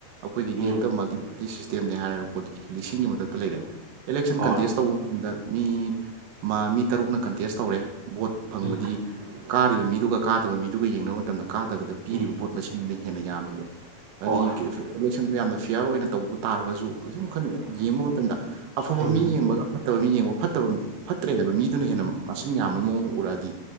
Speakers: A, on the right; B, on the right.
A: ꯑꯈꯣꯏꯒꯤꯗꯤ
B: ꯎꯝ
A: ꯑꯝꯇ ꯃꯜꯇꯤꯞ -ꯇꯤ ꯁꯤꯁꯇꯦꯝꯅꯦ ꯍꯥꯏꯔꯒ ꯄꯣꯂꯤꯇꯤꯀꯦꯜ ꯂꯤꯁꯤꯡꯒꯤ ꯃꯊꯛꯇ ꯂꯩꯔꯦ ꯏꯂꯦꯛꯁꯟ
B: ꯍꯣꯏ
A: ꯀꯟꯇꯦꯁ ꯇꯧꯕ ꯃꯇꯝꯗ ꯃꯤ ꯃꯥ ꯃꯤ ꯇꯔꯨꯛꯅ ꯀꯟꯇꯦꯁ ꯇꯧꯔꯦ ꯕꯣꯠ ꯐꯪꯕꯗꯤ
B: ꯎꯝ
A: ꯀꯥꯔꯤꯕ ꯃꯤꯗꯨꯒ ꯀꯥꯗꯕ ꯃꯤꯗꯨꯒ ꯌꯦꯡꯅꯕ ꯃꯇꯝꯗ ꯀꯥꯗꯕꯗ ꯄꯤꯔꯤꯕ
B: ꯎꯝ
A: ꯚꯣꯠ ꯃꯁꯤꯡꯗꯨꯅ ꯍꯦꯟꯅ ꯌꯥꯝꯃꯦꯕ ꯍꯥꯏꯗꯤ
B: ꯍꯣꯏ
A: ꯏꯂꯦꯛꯁꯟꯗ ꯌꯥꯝꯅ ꯐꯤꯌꯥꯔ ꯑꯣꯏꯅ ꯇꯧꯕ ꯇꯥꯔꯒꯁꯨ ꯑꯁꯨꯝ ꯈꯔ ꯌꯦꯡꯕ ꯃꯇꯝꯗ ꯑꯐꯕ
B: ꯎꯝ
A: ꯃꯤ ꯌꯦꯡꯕꯒ ꯐꯠꯇꯕ ꯃꯤ ꯌꯦꯡꯕ ꯐꯠꯇꯕ ꯐꯠꯇ꯭ꯔꯦ ꯍꯥꯏꯕ ꯃꯤꯗꯨꯅ ꯍꯦꯟꯅ ꯃꯁꯤꯡ ꯌꯥꯝꯕꯒꯤ ꯃꯑꯣꯡ ꯎꯔꯛꯑꯗꯤ